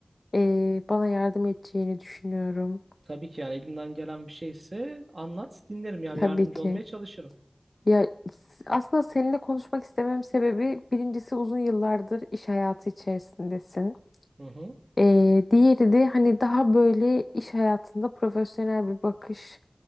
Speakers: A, on the left (about 70°); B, on the right (about 70°).
A: eee, bana yardım edeceğini düşünüyorum.
B: Tabii ki yani elimden gelen bir şeyse anlat dinlerim yani
A: Tabii
B: yardımcı
A: ki.
B: olmaya çalışırım.
A: Ya s- aslında seninle konuşmak istememin sebebi birincisi uzun yıllardır iş hayatı içerisindesin.
B: Hı hı.
A: Ee, diğeri de hani daha böyle iş hayatında profesyonel bir bakış